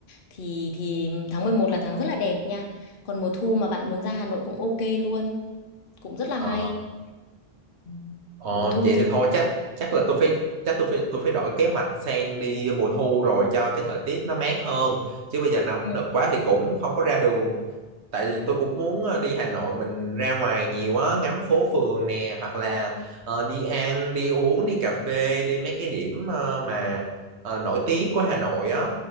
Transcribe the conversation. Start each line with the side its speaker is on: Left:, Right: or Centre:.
Left: thì thì tháng 11 là tháng rất là đẹp nha còn mùa thu mà bạn muốn ra Hà Nội cũng ok luôn cũng rất là
Right: ờ
Left: hay Ừ.
Right: Ờ,
Left: mùa thu
Right: vậy
Left: thì
Right: thì thôi chắc chắc là tôi phải chắc tôi phải tôi phải đổi kế hoạch sang đi mùa thu rồi cho cái thời tiết nó mát hơn chứ bây giờ nóng
Left: ừ.
Right: nực quá thì cũng không có ra đường tại vì tôi cũng muốn ờ, đi Hà Nội mình ra ngoài nhiều á ngắm phố phường nè hoặc là ờ, đi ăn đi uống đi cà phê đi mấy cái điểm ờ, mà ờ, nổi tiếng của Hà Nội á